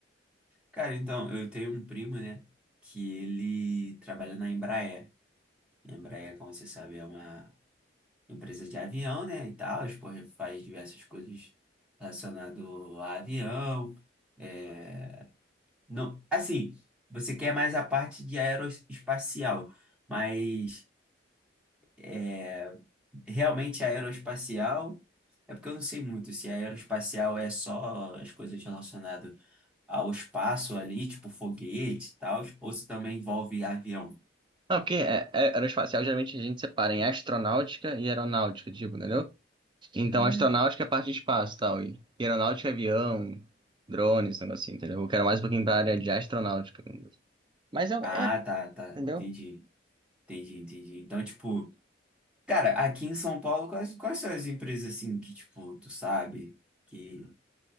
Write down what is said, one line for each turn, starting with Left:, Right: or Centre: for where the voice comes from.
Centre: Cara, então, eu tenho um primo, né, que ele trabalha na Embraer. A Embraer, como você sabe, é uma empresa de avião, né, e tal, porra, faz diversas coisas relacionadas a avião. É... Não, assim, você quer mais a parte de aeroespacial, mas é... realmente aeroespacial... É porque eu não sei muito se aeroespacial é só as coisas relacionadas ao espaço ali, tipo foguete e tal, ou se também envolve avião.
Right: Não, porque é, é, aeroespacial geralmente a gente separa em astronáutica e aeronáutica, tipo, entendeu? Então
Centre: Hum.
Right: astronáutica é parte de espaço e tal, e e aeronáutica é avião, drones, esse negócio assim, entendeu? Eu quero mais um pouquinho pra área de astronáutica. Mas é,
Centre: Ah,
Right: é,
Centre: tá, tá.
Right: entendeu?
Centre: Entendi. Entendi, entendi. Então, tipo, cara, aqui em São Paulo, quais, quais são as empresas assim que, tipo, tu sabe que,